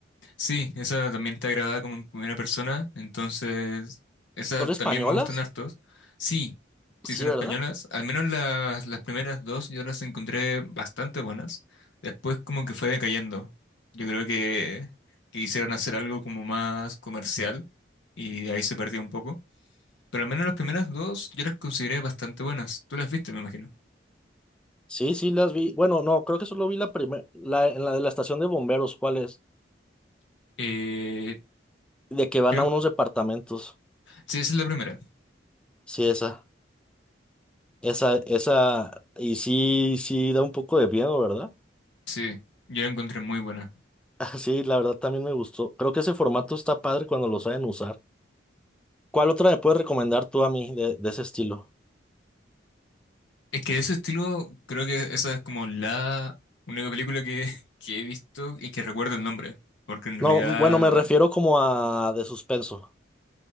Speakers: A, on the left (about 80°); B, in the centre.
A: Sí, esa también está grabada como en primera persona, entonces esas
B: ¿Son españolas?
A: también me gustan hartos. Sí, sí
B: Sí,
A: son españolas,
B: ¿verdad?
A: al menos las, las primeras dos yo las encontré bastante buenas. Después como que fue decayendo. Yo creo que, que quisieron hacer algo como más comercial y ahí se perdió un poco. Pero al menos las primeras dos yo las consideré bastante buenas. Tú las viste, me imagino.
B: Sí, sí, las vi. Bueno, no, creo que solo vi la primera, la, en la de la estación de bomberos, ¿cuál es?
A: Eh,
B: De que van
A: creo,
B: a unos departamentos.
A: sí, esa es la primera.
B: Sí, esa. Esa, esa, y sí, sí da un poco de miedo, ¿verdad?
A: Sí, yo la encontré muy buena.
B: <laughs> Sí, la verdad también me gustó. Creo que ese formato está padre cuando lo saben usar. ¿Cuál otra me puedes recomendar tú a mí de, de ese estilo?
A: Es que de ese estilo, creo que esa es como la única película que, <laughs> que he visto y que recuerdo el nombre. Porque en realidad,
B: No, m- bueno, me refiero como a de suspenso.